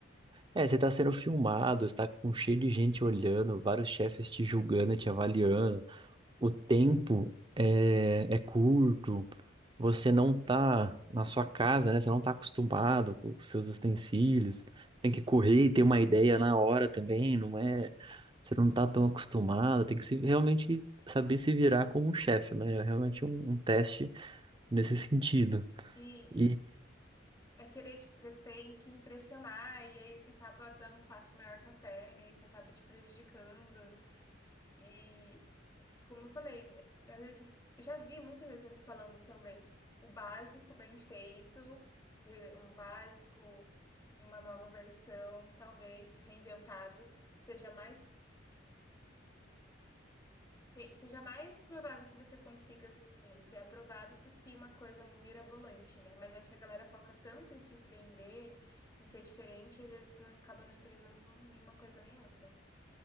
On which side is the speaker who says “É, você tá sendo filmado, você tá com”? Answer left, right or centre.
Right